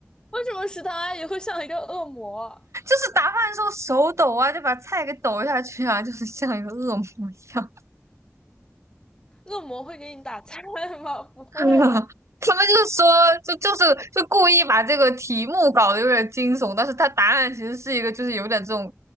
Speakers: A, on the left; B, on the right.
A: 为什么食堂阿姨会像一个恶魔啊
B: 是打饭的时候手抖啊，就把菜给抖下去啊，就是像一个恶魔一样。
A: 恶魔会给你打菜吗？<laughs>
B: <laughs>
A: 不会啊。
B: 他们就是说，就就是就故意把这个题目搞得有点惊悚，但是他答案其实是一个就是有点这种